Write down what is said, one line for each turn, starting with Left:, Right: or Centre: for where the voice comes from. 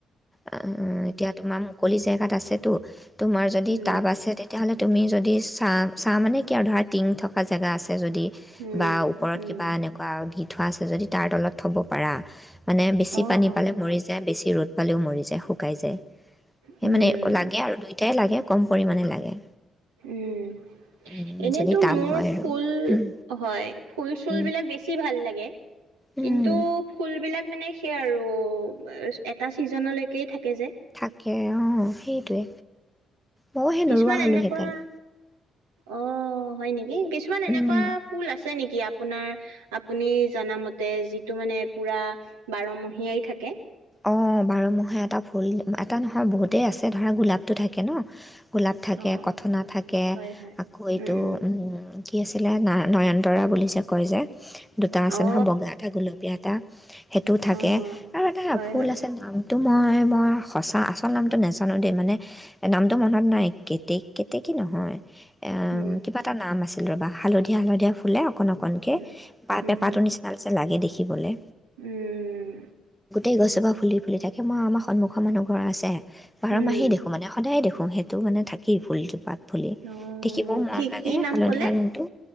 Centre: অ, এতিয়া তোমাৰ মুকলি জেগাত তাত আছেতো তোমাৰ যদি
Right: উম
Centre: টাব আছে তেতিয়াহ'লে তুমি যদি চা চাহ মানে কিয় ধৰা টিং থকা জেগা আছে আছে যদি
Right: উম
Centre: বা ওপৰত
Right: উম
Centre: কিবা এনেকুৱা গীত থোৱা আছে যদি তাৰ তলত থ'ব পাৰা। মানে বেছি
Right: অ
Centre: পানী
Right: অ
Centre: পালে মৰি যায়। ৰ'দ পালেও মৰি যায় শুকাই যায়। সেই
Right: উম
Centre: মানে লাগে আৰু দুইটাই লাগে। কম পৰিমাণে লাগে।
Right: উম
Centre: উম,
Right: এনেতো
Centre: যদি টাব
Right: মোৰ
Centre: হয় আৰু
Right: ফুল
Centre: উম,
Right: হয় ফুল চুল
Centre: উম,
Right: বিলাক বেছি ভাল লাগে। <unintelligible>
Centre: উম,
Right: কিন্তু ফুল বিলাক মানে তাকেই আৰু এটা চিজনলৈকে থাকে যে।
Centre: তাকে অ' সেইটোৱে ময়হে
Right: কিছুমান
Centre: নৰুৱা হলো
Right: এনেকুৱা
Centre: সেইকাৰণে
Right: অ' হয় নেকি? এ কিছুমান এনেকুৱা
Centre: উম।
Right: ফুল আছে ছে নেকি আপোনাৰ আপুনি জনা মতে যিটো মানে পুৰা বাৰমহিয়াই থাকে
Centre: অঁ বাৰ মহে এটা ফুল এটা নহয় বহুতেই আছে ধৰা গোলাপটো থাকে ন গোলাপ থাকে
Right: অ
Centre: কথনা
Right: অ অ অ
Centre: থাকে
Right: হয় হয়
Centre: আকৌ এইটো
Right: উম
Centre: কি আছিলে না নয়ন তৰা বুলি যাব কয় যে দুটা আছে
Right: উম অ
Centre: নহয় বগা এটা গুলপীয়া এটা সেইটো থাকে
Right: অ হ
Centre: আৰু হ
Right: হয়
Centre: ফুল
Right: হয়
Centre: আছে নামটো মই মই সঁচা আচল নামটো নাজানো দেই মানে নামটো মনত নাই কেতেক কেতেকী নহয় এ
Right: উম
Centre: কিবা এটা নাম আছে ৰ'বা হালধীয়া হালধীয়া ফুলে অকন অকনকে
Right: উম
Centre: পা
Right: উম
Centre: পেপাৰ
Right: হম
Centre: টো নিচিনা যে লাগে দেখি শিকিবলে
Right: উম
Centre: এই গছোপা ফুলি ফুলি থাকে মই আমাৰ সন্মুখৰ মানুহ ঘৰ আছে বাৰ
Right: উম
Centre: মাহে দেখো মানে সদায়ে দেখো সেইটো মানে থাকেই ফুলজোপাত বুলি
Right: অ'
Centre: দেখিব মৰম
Right: কি
Centre: লাগে
Right: কি নাম
Centre: হালধীয়া
Right: ক'লে?
Centre: ৰংটো